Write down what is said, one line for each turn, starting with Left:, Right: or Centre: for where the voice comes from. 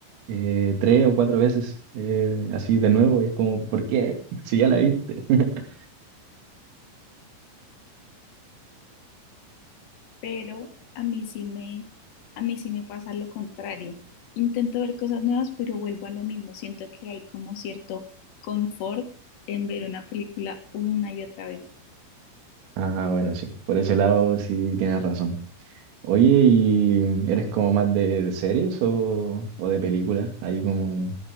Right: eh, tres o cuatro veces eh, así de nuevo. Es como, ¿por qué? <laughs> Si ya la viste. <laughs>
Left: pero a mí sí me, a mí sí me pasa lo contrario. Intento ver cosas nuevas, pero vuelvo a lo mismo. Siento que hay como cierto confort en ver una película una y otra vez.
Right: Ah, bueno, sí, por ese lado sí tienes razón. Oye, ¿y eres como más de, de series o, o de películas? Ahí como,